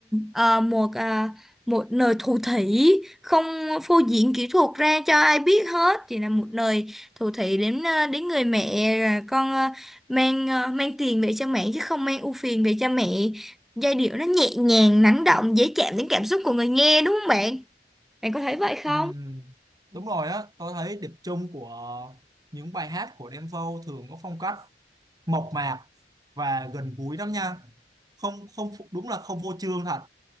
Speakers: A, in the centre; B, on the right.
A: ờ, một à, một nơi thủ thỉ, không phô diễn kỹ thuật ra cho ai biết hết, chỉ là một nơi thủ thỉ đến ờ, đến người mẹ là con ờ, mang ờ, mang tiền về cho mẹ chứ không mang ưu phiền về cho mẹ. Giai điệu nó nhẹ nhàng, lắng động, dễ chạm đến cảm xúc của người nghe đúng không bạn? Bạn có thấy vậy
B: Ừm,
A: không?
B: đúng rồi á tôi thấy điểm chung của những bài hát của Đen Vâu thường có phong cách mộc mạc và gần gũi lắm nha không không phụ- đúng là không phô trương thật